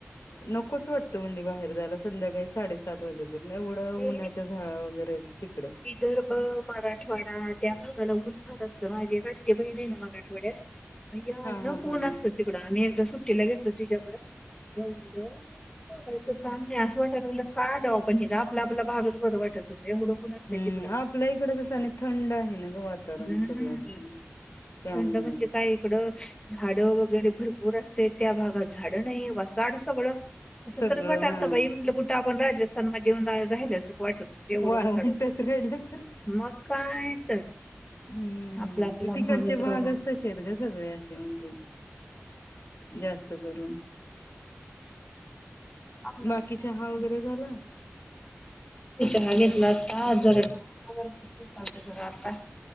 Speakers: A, on the left (about 65°); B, on the left (about 20°).
A: नकोच वाटतं म्हणे बाहेर जायला संध्याकाळी साडेसात वाजे एवढं
B: ते
A: उन्हच्या झाडा वगैरे तिकडं.
B: विदर्भ मराठवाडा त्या मला ऊन भात असत माझी एक आत््य बहिण आहे ना मला आठवड्यात अय्याना
A: हा हा
B: कोण
A: हा हा.
B: असतं तिकडं आम्ही एकदा सुट्टीला घेतो तिच्या्याकडं एवढं बोलायचं काम नाही असं वाटायला का दव आपण हे का आपला आपला भागच भर वाटत एवढं ऊन असतंय
A: हम्म
B: तिकडं.
A: आपल्या इकडं कसं आणि थंड आहे ना ग वातावरण
B: हम्म.
A: सगळं असं त्यामुळं.
B: थंड म्हणजे काय इकडं झाड वगैरे भरपूर असत त्या भागात झाड नाही वासाड बळं असं
A: सगळं
B: तरच वाटलत
A: हा
B: बाईट कुठ आपण राजस्थान म येऊन राहिलं सारख वाट होत एवढं
A: वाळवंटात
B: बसाड होत
A: राहिल्यासारखं
B: मग काय तर
A: हम्म
B: आपला आपला
A: तर तिकडचे
B: भागच
A: भागचत
B: बरा.
A: श आहेत ग सगळे असे म्हणजे जास्त करून
B: आपला आपला
A: बाकी
B: भागच
A: चहा
B: बरा
A: वगैरे झाला
B: चहा घेतला आता जरा डोकं वगैरे आता